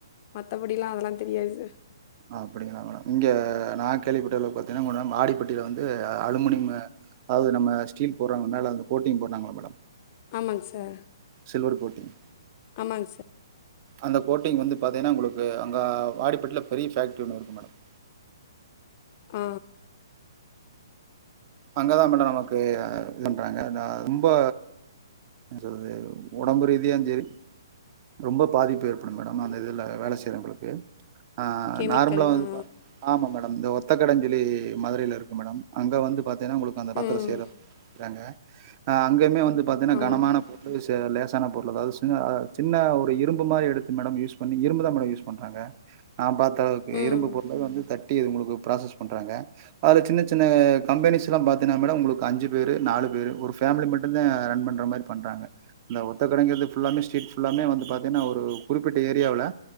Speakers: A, on the left (about 40°); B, on the right (about 40°).
A: மத்தபடிலா அதெல்லா தெரியாது சார்
B: அப்படிங்களா மேடம் இங்க நா கேள்விப்பட்டல பாத்தீனா மேடம் வாடிப்பட்டியில வந்து அலுமனியம்மு அதாவது நம்ம ஸ்டீல் போட்றாங்க மேல அந்த கோட்டிங் போட்றாங்கள மேடம்
A: ஆமாங் சர்
B: சில்வர் கோட்டிங்
A: ஆமாங்க சர்
B: அந்த கோட்டிங் வந்து பாத்தினா உங்ளுக்கு அங்க வாடிப்பட்டில பெரிய ஃபேக்ட்ரி ஒன்னு இருக்கு மேடம்
A: ஆ
B: அங்கதா மேடம் நமக்கு இது பன்றாங்க ரொம்போ என் சொல்து உடம்பு ரீதியா செரி ரொம்ப பாதிப்பு ஏற்படு மேடம் அந்த இதுல வேல செய்றவுங்களுக்கு ஆ
A: கெமிக்கல்
B: நார்மலா வந்து
A: ஆ
B: பா ஆமா மேடம் தோ ஒத்தக்கடன் சொல்லி மதுரையில இருக்கு மேடம் அங்க வந்து பார்த்தீனா உங்ளுக் அந்த
A: ம்.
B: பாத்தர செய் றாங்க அங்கமே வந்து பாத்தீனா
A: ஆமாங்க.
B: கனமான பொ லேசா லேசான பொருள் அதாவது சின்ன சின்ன ஒரு இரும்பு மாரி எடுத்து மேடம் யூஸ் பண்ணி இரும்பு தா மேடம் யூஸ் பண்றாங்க நா பாத் த அளவுக்கு
A: ம்.
B: இரும்பு பொருள வந்து தட்டி உங்குளுக்கு ப்ராசஸ் பண்றாங்க அதுல சின்ன சின்ன கம்பெனிஸ் லா பார்த்தீனா மேடம் உங்குளுக்கு அஞ்சு பேரு நாலு பேரு ஒரு ஃபேமிலி மட்டு தா ரன் பண்ற மாரி பண்றாங்க இந்த ஒத்தக்கடைங்கிறது ஃபுல்லாமே ஸ்ட்ரீட் ஃபுல்லாமே வந்து பாத்தீனா ஒரு குறிப்பிட்ட ஏரியாவுல